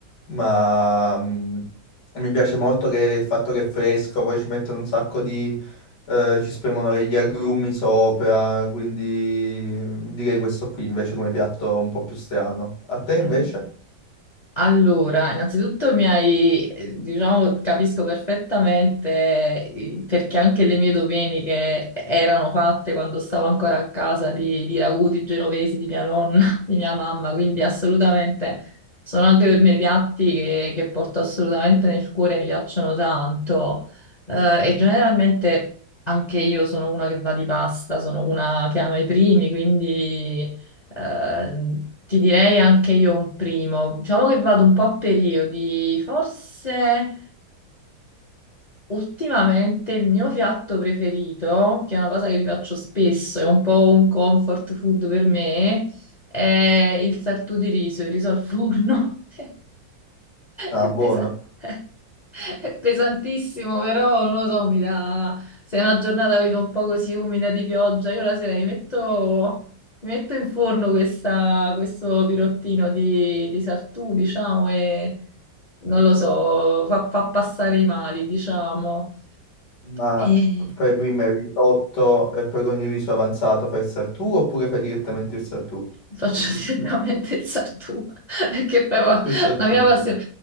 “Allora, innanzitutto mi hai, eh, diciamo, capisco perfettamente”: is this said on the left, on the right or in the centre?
Left